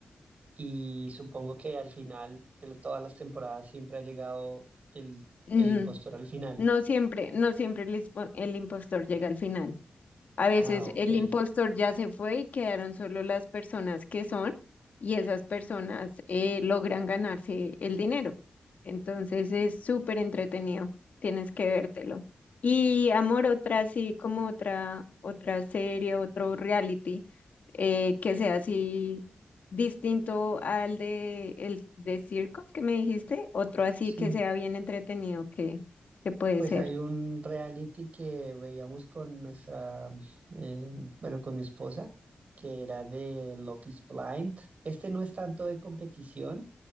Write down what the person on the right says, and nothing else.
Y supongo que al final de la- todas las temporadas siempre ha llegado el,
el impostor al final.
Ah, ok.
Sí.
Pues
hay un reality que veíamos con nuestra, eh, bueno, con mi esposa, que era de Love is Blind. Este no es tanto de competición,